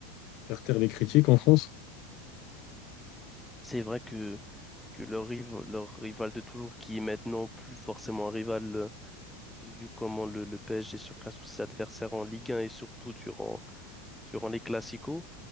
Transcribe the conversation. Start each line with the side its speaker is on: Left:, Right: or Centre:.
Left: faire taire les critiques en France.
Centre: C'est vrai que, que leur, riv- leur rival de toujours, qui est maintenant plus forcément un rival, euh, vu comment le, le PSG surclasse tous ses adversaires en Ligue 1 et surtout durant, durant les Classicos.